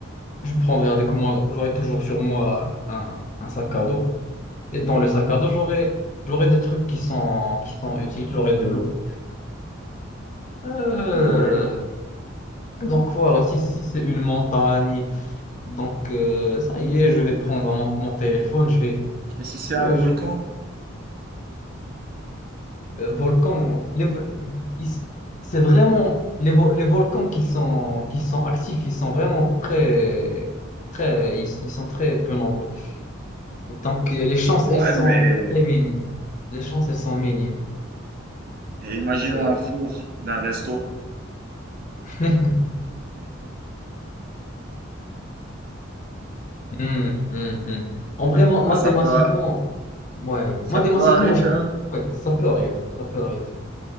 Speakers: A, on the left (about 35°); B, on the right (about 45°).
A: Je prendrais avec moi. J'aurais toujours sur moi un, un sac à dos. Et dans le
B: Mhm.
A: sac à dos, j'aurais j'aurais des trucs qui sont, qui sont utiles. J'aurais de l'eau. Euh,
B: Oui.
A: donc voilà, si, si c'est une montagne. Donc, euh, ça y est, je vais prendre mon, mon téléphone, je vais...
B: Et si c'est
A: je-
B: un volcan?
A: je- euh, volcan, les vol- ils- c'est vraiment... Les, vol- les volcans qui sont, qui sont actifs, ils sont vraiment très... très ils, ils sont très peu nombreux. Donc, euh, les chances,
B: Ouais,
A: elles sont
B: mais
A: très minimes. Les chances, elles sont minimes.
B: et imaginons
A: C'est...
B: un four d'un resto.
A: <laughs> Hmm, hmm, hmm. En vrai, ma-
B: Ah,
A: mathématiquement,
B: ça peut,
A: ouais,
B: ça
A: mathématiquement,
B: peut arriver,
A: je-
B: hein.
A: ouais, ça peut arriver, ça peut arriver.